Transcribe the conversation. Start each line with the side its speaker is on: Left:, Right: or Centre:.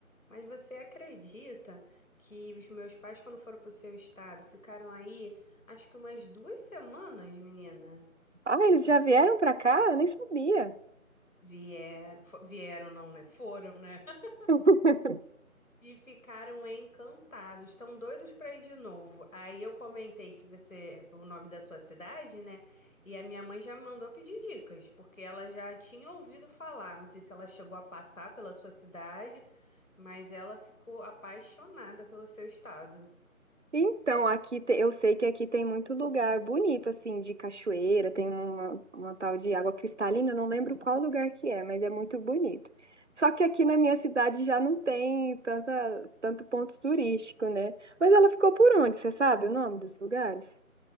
Left: Mas você acredita que os meus pais, quando foram pro seu estado, ficaram aí, acho que umas duas semanas, menina?
Right: Ah, eles já vieram pra cá? Eu nem sabia.
Left: Vieram, fo- vieram não, né? Foram, né? <laughs>
Right: <laughs>
Left: E ficaram encantados, estão doidos para ir de novo. Aí eu comentei que você, o nome da sua cidade, né? E a minha mãe já me mandou pedir dicas, porque ela já tinha ouvido falar. Não sei se ela chegou a passar pela sua cidade, mas ela ficou apaixonada pelo seu estado.
Right: Então, aqui te- eu sei que aqui tem muito lugar bonito, assim, de cachoeira, tem uma, uma tal de água cristalina, eu não lembro qual lugar que é, mas é muito bonito. Só que aqui na minha cidade já não tem tanta, tanto ponto turístico, né? Mas ela ficou por onde? Você sabe o nome dos lugares?